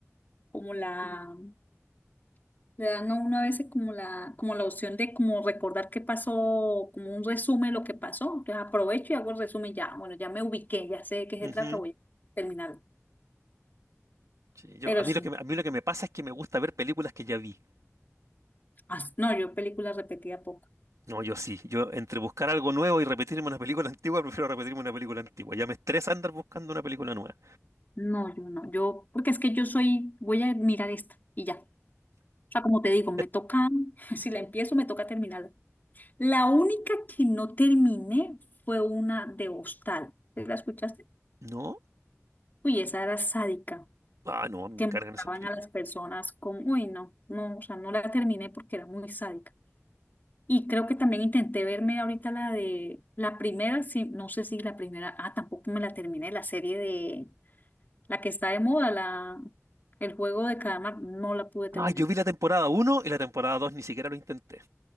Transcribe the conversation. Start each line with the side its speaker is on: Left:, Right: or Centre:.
Left: como la, le dan a uno a veces como la, como la opción de como recordar qué pasó, como un resumen de lo que pasó. Entonces aprovecho y hago el resumen ya, bueno, ya me ubiqué, ya sé de qué se
Right: Ujú.
Left: trata, voy a terminarlo.
Right: Sí, yo,
Left: Pero
Right: a mí
Left: sí,
Right: lo que, me- a mí lo que me pasa es que me gusta ver películas que ya vi.
Left: as- no, yo películas repetía poco.
Right: No, yo sí. Yo entre buscar algo nuevo y repetirme una película <laughs> antigua, prefiero repetirme una película antigua. Ya me estresa andar buscando una película nueva.
Left: No, yo no, yo, porque es que yo soy, voy a mirar esta y ya. O sea, como te digo, me
Right: <laughs>
Left: toca, <laughs> si la empiezo, me toca terminarla. La única que no terminé fue una de Hostal. ¿La escuchaste?
Right: ¿No?
Left: Uy, esa era sádica.
Right: Ah, no, me
Left: que
Right: cargan
Left: mostraban
Right: esas películas.
Left: a las personas con, uy, no, no, o sea, no la terminé porque era muy sádica. Y creo que también intenté verme ahorita la de la primera, sí, no sé si la primera, ah, tampoco me la terminé, la serie de la que está de moda, la el juego de calamar, no la pude terminar.
Right: Ah, yo vi la temporada uno y la temporada 2 ni siquiera lo intenté.